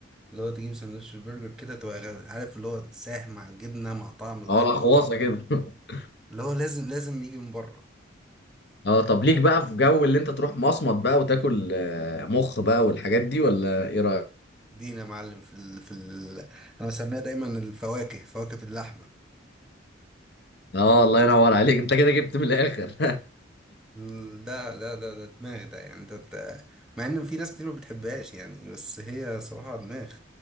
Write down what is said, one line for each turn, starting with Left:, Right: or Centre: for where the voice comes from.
Centre: اللي هو تجيب سندوتش برجر كده تبقى غ- عارف اللي هو ساح مع الجبنه مع طعم الخيار
Left: اه الاخواصه كده <laughs>
Centre: اللي هو لازم لازم يجي من بره
Left: اه طب ليك بقى في جو اللي انت تروح مصمت بقى وتاكل آه، مخ بقى والحاجات دي ولا ايه رايك
Centre: دينا يا معلم في ال... في ال... انا بسميها دايما الفواكه فواكه اللحمه
Left: اه الله ينور عليك انت كده جبت من الاخر
Centre: لا لا ده ده دماغ ده يعني ده, ده مع ان في ناس كتير ما بتحبهاش يعني بس هي صراحة دماغ